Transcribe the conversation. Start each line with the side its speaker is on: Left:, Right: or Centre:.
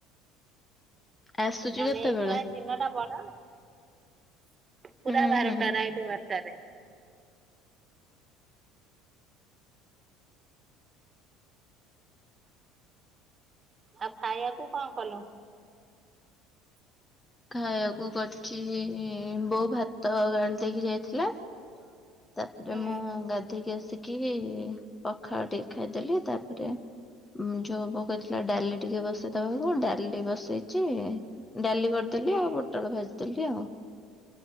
Left: ଆସୁଛି
Right: ନହେଲେ
Left: କେତେବେଳେ?
Right: ଏଇପାଇ ଦିନ ଟା ବଡ ନା। ପୁରା
Left: ହୁଁ
Right: ବାରଟା
Left: ହୁଁ।
Right: ରାଇଟି ବାରଟା। ଟାରେ। ଆଉ ଖାଇଆକୁ କଣ କଲ?
Left: ଖାଇବାକୁ କରିଚି ବୋଉ ଭାତ ଗାଳି ଦେଇକି ଯାଇଥିଲା। ତାପରେ
Right: ହୁଁ
Left: ମୁଁ ଗାଧେଇକି ଆସିକି କି ପଖାଳ ଟିକେ ଖାଇଦେଲି। ତାପରେ ଯୋଉ ବୋଉ କହିଥିଲା ଡାଲି ଟିକେ ବସେଇଦବାକୁ ଡାଲି ବସେଇଚି ଡାଲି କରିଦେଲି
Right: ହୁଁ
Left: ଆଉ ପୋଟଳ ଭାଜି ଦେଲି ଆଉ।